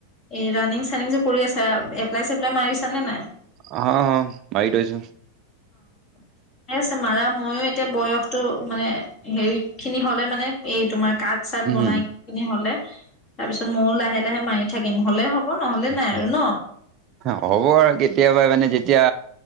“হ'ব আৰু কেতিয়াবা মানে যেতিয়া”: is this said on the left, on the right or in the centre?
Right